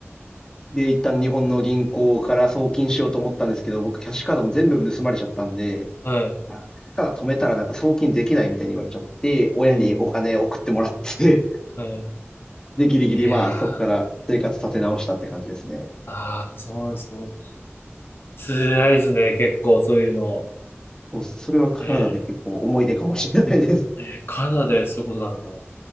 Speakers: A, on the left (about 15°); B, on the left (about 55°).
A: で、一旦日本の銀行から送金しようと思ったんですけど、僕、キャッシュカードも全部盗まれちゃったんで、
B: はい。
A: あの、キャッシュカード止めたらなんか送金できないみたいに言われちゃって、親にお金送ってもらって、
B: うん。はい。
A: <laughs> で、ギリギリまあ、
B: いやー、
A: そこから生活立て直したって感じですね。
B: ああそうです。もう辛いですね、結構、そういうの。
A: そう、それはカナダで結構思い出かもしれないです。
B: えー、えカナダでそういうことなんだ。